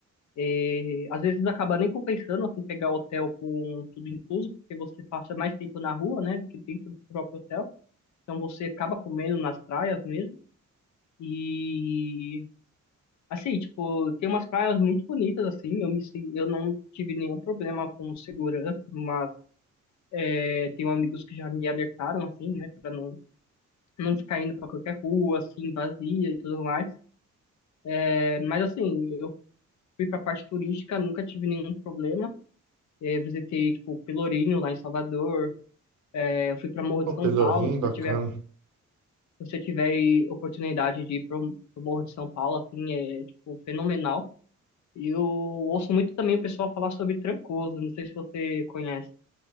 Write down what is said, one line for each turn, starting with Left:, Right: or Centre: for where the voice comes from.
Left: Eh, às vezes acaba nem compensando assim, pegar hotel com tudo incluso, porque você passa mais tempo na rua, né, do que dentro do próprio hotel. Então você acaba comendo nas praias mesmo. E Assim, tipo, tem umas praias muito bonitas, assim, eu me, sen- eu não tive nenhum problema com segurança, mas é, tenho amigos que já me alertaram, assim, né, pra não, não ficar indo pra qualquer rua, assim, vazia e tudo mais. É, mas, assim, eu fui pra parte turística, nunca tive nenhum problema. É, visitei, tipo, Pelourinho, lá em Salvador. É, eu fui pra Morro
Right: O
Left: de São
Right: Pelourinho,
Left: Paulo, se você
Right: bacana.
Left: tiver, se você tiver aí oportunidade de ir pro, pro Morro de São Paulo, assim, é, tipo, fenomenal. E eu ouço muito também o pessoal falar sobre Trancoso, não sei se você conhece.